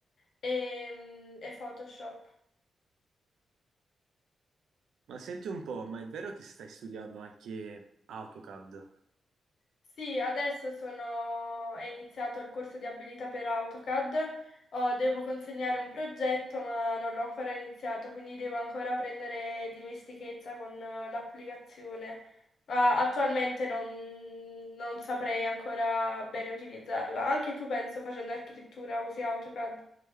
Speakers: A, on the left; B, on the right.
A: e, e Photoshop.
B: Ma senti un po', ma è vero che stai studiando anche AutoCAD?
A: Sì, adesso sono... è iniziato il corso di abilità per AutoCAD. Oh, devo consegnare un progetto, ma non l'ho ancora iniziato, quindi devo ancora prendere dimestichezza con eh, l'applicazione. Ah, attualmente non... non saprei ancora bene utilizzarla. Anche tu, penso, facendo architettura, usi AutoCAD.